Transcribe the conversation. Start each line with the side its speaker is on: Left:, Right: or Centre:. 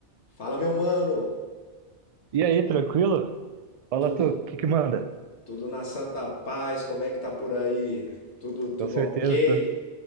Left: Fala, meu mano.
Right: E aí, tranquilo? Fala
Left: Tudo
Right: tu, o que que manda?
Left: tudo na santa paz? Como é que tá por aí? Tudo tudo
Right: Com certeza,
Left: OK
Right: tô,